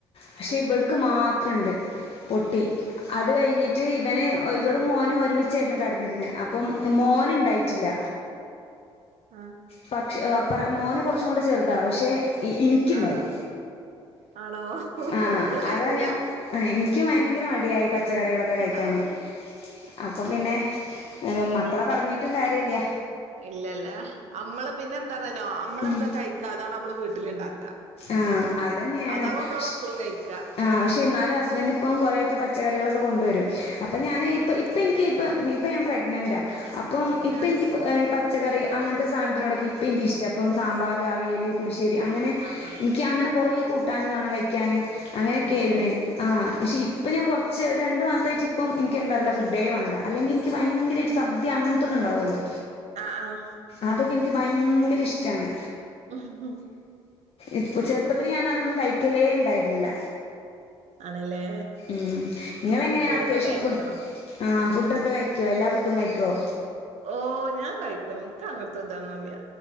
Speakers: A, on the left; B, on the right.
A: പക്ഷെ
B: ആഹ്
A: ഇവൾ ഇക്ക് മാത്രം ഇണ്ട് പൊട്ടി അത് കെയിഞ്ഞിട്ട് ഇവന് ഒയ് ഇവളുംമോനും
B: ആഹ്
A: അരുമി ചേന്ന് കിടന്നിരുന്ന അപ്പം മോന്
B: ആഹ്
A: ഉണ്ടായിട്ടില്ല
B: ആഹ്
A: പക്ഷ മോന് കുറച്ചും കൂടെ ചെറുതാ പക്ഷെ എനിക്കുണ്ടായി
B: ആഹ് ആഹ് ആണോ
A: ആഹ്
B: ഇങ്ങള് കഴിക്കൂല
A: അതാ ഞാൻ ആഹ് എനിക്ക് ഭയങ്കര മടിയായി പച്ചക്കറികള കഴിക്കാന്
B: ആ
A: അപ്പൊ പിന്നെ മക്കളെ പറഞ്ഞിട്ടും കാര്യല്ല
B: ഇല്ലല്ലേ നമ്മള് പിന്നെ എന്താ പറഞ്ഞനോ നമ്മളെന്താ
A: ഉം
B: കഴിക്കാതാണ് നമ്മള് വീട്ട ട്ടണ്ടാക്ക
A: ആഹ് അതന്നെയാണ്.
B: അതാ നമ്മള
A: ഷ്
B: മക്കളും കഴിക്ക
A: ആഹ് പക്ഷേ എന്നാലും ഹസ്ബൻഡറ് ഇപ്പം കുറെക്കെ പച്ചക്കറികളൊക്കെ കൊണ്ടുവരും അപ്പൊ ഞാന് ഇപ്പം
B: ആഹ്
A: ഇപ്പം എനിക്ക് ഇപ്പം ഇപ്പൊ ഞാൻ പ്രഗ്നന്റ അപ്പം ഇപ്പ
B: ആഹ്
A: എനിക്ക് പച്ചക്കറി അങ്ങനത്തെ സാധനത്തിനോടൊക്ക ഇപ്പോ എനിക്ക ഇഷ്ട ഇപ്പം സാമ്പാർ അവിയൽ പുളിശ്ശേരി അങ്ങനെ
B: ആഹ്
A: എനിക്ക് അങ്ങനെ കൊറേ കൂട്ടാന് വേണം കഴിക്കാന് അങ്ങനെയൊക്കെ
B: ആണല്ലേ
A: ആയിുന്നേ ആഹ് പക്ഷേ ഇപ്പം ഞാൻ കുറച്ച് ഒരു രണ്ടു മാസമായിട്ട് ഇപ്പം എനിക്ക് എന്താ പറല്ല ഫുഡേ വേണ്ട അല്ലെങ്കിൽ എനിക്ക് ഭയങ്കര ഒരു സദ്യ അങ്ങനത്തൊക്കെ ഉണ്ടാവുമല്ലോ
B: ആഹ് ആഹ്
A: അതൊക്കെ എനിക്ക് ഭയങ്കര ഇഷ്ടമാണ്
B: ആഹ്
A: ഇപ്പൾ ചെറുപ്പത്തിൽ ഞാന് അതൊന്നും കഴിക്കലേ ഉണ്ടായിരുന്നില്ല
B: ആണല്ലേ
A: ഉം നിങ്ങളെങ്ങനെയാ
B: എല്ലതും
A: അത്യാവശ്യം
B: കഴിക്കണം
A: ആഹ് ഫുഡ്ക്കെ കഴിക്കുവോ എല്ലാ ഫുഡും കഴിക്കുവോ
B: ഓ ഞാൻ കഴിക്കും നിനക്ക് അങ്ങനത്തെ ഇതൊന്നുംല്ല